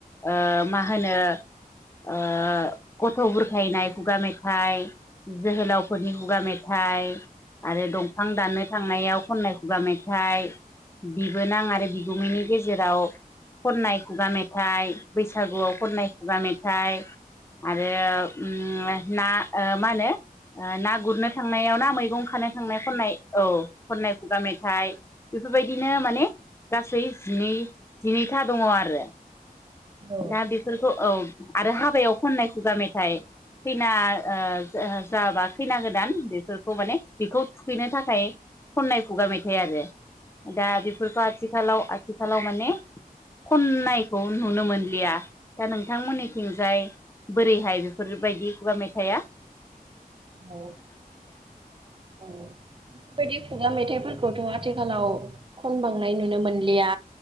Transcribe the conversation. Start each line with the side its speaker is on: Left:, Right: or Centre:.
Left: ओ मा हो मा होनो ओ गथ' बुरखायनाय खुगा मेथाइ जोहोलावफोरनि खुगा मेथाइ आरो दंफां दाननो थांनायाव खननाय खुगा मेथाइ बिबोनां आरो बिगुमैनि गेजेराव खननाय खुगा मेथाइ बैसागुआव खननाय खुगा मेथाइ आरो उम ना मा होनो ओ ना गुरनो थांनायाव ना मैगं खानो थांनाय खननाय औ खन्नाय खुगा मेथाइ बेफोरबायदिनो माने गासै जिनै जिनैथा दङ आरो।
Right: औ।
Left: दा बेफोरखौ औ आरो हाबायाव खननाय खुगा मेथाइ खैना ओ जा-जाबा खैना गोदान बेफोरखौ माने बेखौ थुखैनो थाखाय खननाय खुगा मेथाइ आरो। दा बेफोरखौ आथिखालाव आथिखालाव माने खननायखौ नुनो मोनलिया दा नोंथांमोननिथिंजाय बोरैहाय बेफोरबायदि खुगा मेथाइया
Right: औ औ बेफोरबायदि खुगा मेथाइफोरखौथ' आथिखालाव खन बांनाय नुनो मोनलिया